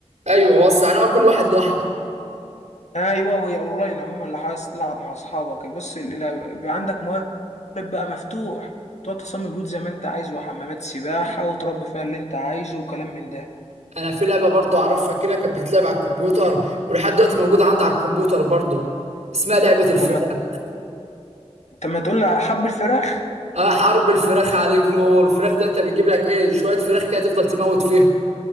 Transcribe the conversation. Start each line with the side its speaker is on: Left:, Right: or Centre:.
Right: ايوه وصل يعني هو كل واحد لوحده
Left: ايوه وهي اونلاين عموما لو عايز تلعب مع اصحابك بص ال- ال- بيبقى عندك موارد بقى مفتوح تقعد تصمم بيوت زي ما انت عايز وحمامات سباحه وتربي فيها اللي انت عايزه وكلام من ده
Right: انا في لعبه برضه اعرفها كده كانت بتتلعب على الكمبيوتر ولحد دلوقتي موجوده عندي على الكمبيوتر برضه اسمها لعبه الفراخ
Left: طب ما طب ما تقول لي على حب الفراخ
Right: اه حرب الفراخ عليك نور الفراخ ده انت بتجيب لك ايه شويه فراخ كده تفضل تموت فيهم